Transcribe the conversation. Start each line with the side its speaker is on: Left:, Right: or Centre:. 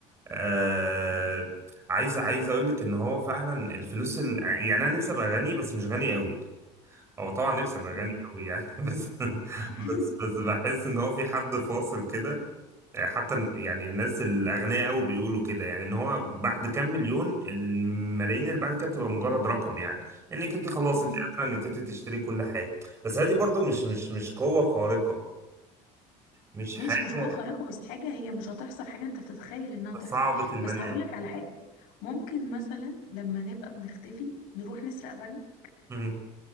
Right: أه، عايز عايز اقول لك ان هو فعلا الفلوس ال... يعني انا نفسي ابقى غني بس مش غني قوي هو طبعا نفسي ابقى
Left: امم
Right: غني قوي يعني <laughs> بس
Left: <laughs>
Right: بس بس بحس ان هو في حد فاصل كده حتى يعني الناس الأغنياء قوي بيقولوا كده يعني إن هو بعد كام مليون الملايين اللي بعد كده بتبقى مجرد رقم يعني إنك أنت خلاص
Left: امم
Right: أنت قادرة إنك أنت تشتري كل حاجة بس هذه برضو مش مش مش قوة خارقة مش حاجة
Left: ماشي مش قوة خارقة بس حاجة هي مش هتحصل حاجة انت بتتخيل انها تحصل
Right: صعبة المنال
Left: بس هقولك على حاجة ممكن مثلا لما نبقى بنختفي نروح نسرق بنك
Right: مم.